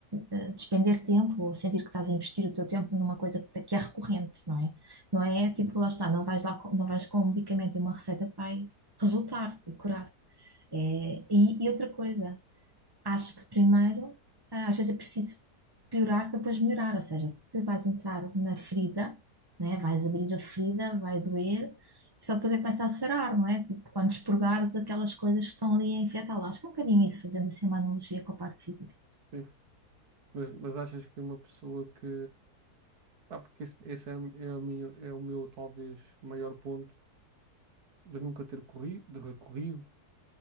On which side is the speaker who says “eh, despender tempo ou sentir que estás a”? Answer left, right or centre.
Right